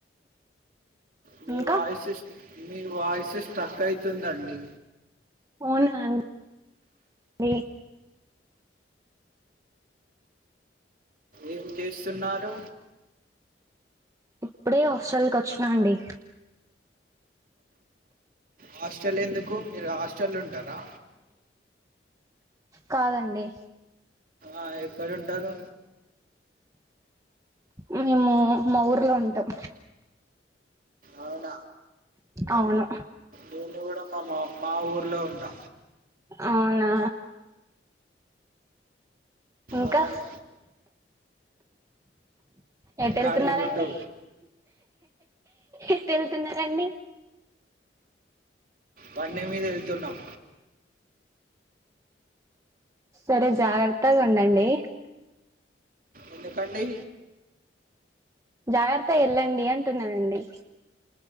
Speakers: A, on the right; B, on the right.
A: మీ
B: ఇంకా
A: వాయిస్ మీ వాయిస్ స్ట్రక్ అయితుందండి
B: అవునా అండి
A: ఏం చేస్తున్నారు
B: ఇప్పుడే హాస్టల్ కి వచ్చినా అండి
A: హాస్టల్ ఎందుకు మీరు హాస్టల్లో ఉంటారా
B: కాదండి
A: ఆ ఎక్కడ ఉంటారు
B: మ్మ్ మా మా ఊర్లో ఉంటాం
A: అవునా
B: అవును
A: నేను కూడా మా మా ఊరిలో ఉంటా
B: అవునా ఇంకా
A: అవును
B: ఎటు
A: గాడిదిగుడ్డు
B: ఎళ్తున్నారండి ఎటు వెళ్తున్నారండి
A: బండి మీద వెళ్తున్నాం
B: సరే జాగ్రత్తగా ఉండండి
A: ఎందుకండి
B: జాగ్రత్త వెళ్ళండి అంటున్నానండి